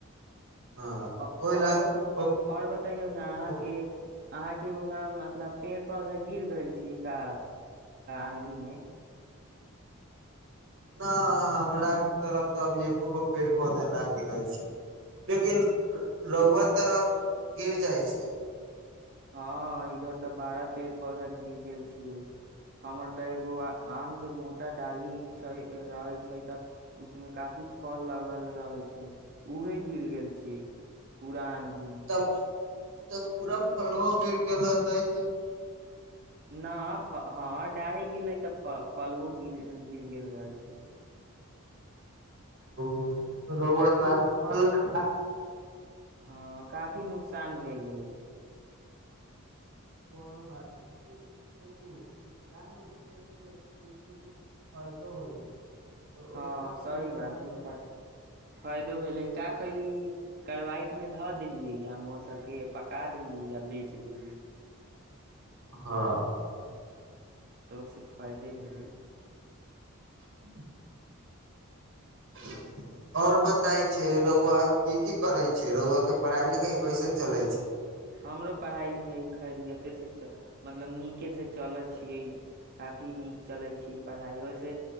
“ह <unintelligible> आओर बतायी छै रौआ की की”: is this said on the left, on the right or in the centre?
Right